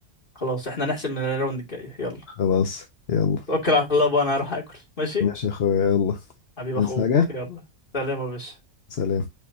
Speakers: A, on the left; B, on the left.
A: خلاص احنا نحسب من الراوند الجاي يلا
B: خلاص يلا
A: توكل على الله بقى انا هروح اكل ماشي
B: ماشي يا اخويا يلا
A: حبيب اخوك
B: عايز حاجة
A: يلا سلام يا باشا
B: سلام